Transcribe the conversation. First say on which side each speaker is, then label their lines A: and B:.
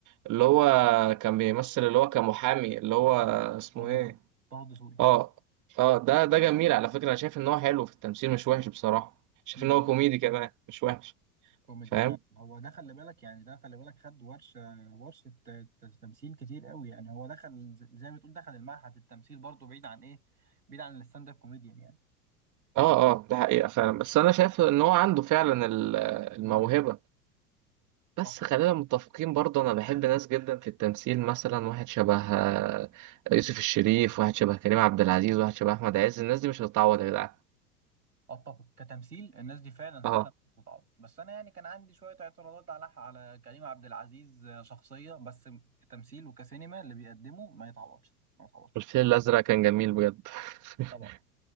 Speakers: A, on the right; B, on the right.
A: اللي هو كان بيمثل
B: طه
A: اللي هو كمحامي اللي هو اسمه
B: طه
A: ايه
B: دسوقي طه دسوقي
A: اه اه ده ده جميل على فكرة انا شايف ان هو حلو في التمثيل مش وحش بصراحة شايف
B: امم
A: ان هو كوميدي كمان مش وحش
B: كوميدي
A: فاهم
B: فعلا هو ده خلي بالك يعني ده خلي بالك خد ورشه ورشه ت- ت- تمثيل كتير قوي يعني هو دخل ز- زي ما تقول دخل المعهد التمثيل برضه بعيد عن ايه بعيد عن الستاند اب كوميديان يعني
A: اه اه ده حقيقة فعلا بس انا شايف ان هو عنده فعلا ال- الموهبة
B: الملك صح
A: بس خلينا متفقين برضه انا بحب ناس جدا في التمثيل مثلا واحد شبه آه، يوسف الشريف واحد شبه كريم عبد العزيز واحد شبه احمد عز الناس دي مش هتتعوض يا جدعان
B: اتفق كتمثيل الناس دي فعلا فعلا
A: اه
B: بتتعب بس انا يعني كان عندي شويه اعتراضات على على كريم عبد العزيز آه، شخصيه بس كتمثيل وكسينما اللي بيقدمه ما يتعوضش ما يتعوضش
A: الفيل الازرق كان جميل بجد <laughs>
B: طبعا